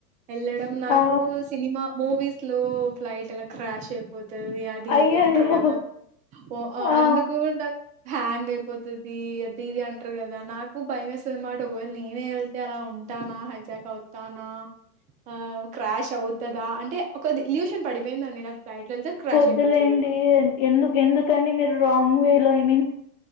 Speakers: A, on the right; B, on the left.
A: ఎళ్ళడం నాకు
B: ఆ!
A: సినిమా మూవీస్ స్లో ఫ్లైట్ అలా క్రాష్ అయి పోతది అది
B: అయ్యయ్యో!
A: ఇది అంటారు కదా ఓ
B: ఆ!
A: అందుకు నాక్ హ్యాంగ్ అయిపోత తది అది ఇది అంటారు కదా నాకు భయం ఏస్తుంది అన్నమాట ఒకవేళ నేనే వెళ్తే అలా ఉంటానా హైజాక్ అవుతానా ఆ క్రాష్ అవుతందా అంటే ఒక ఇల్యూషన్ పడిపోయిందండి నాకు ఫ్లైట్ వెళ్తే క్రాష్
B: వొద్దులేండి
A: అయిపోతది
B: ఏ ఎందు ఎందుకని మీరు రాంగ్ వే లో ఐ మీన్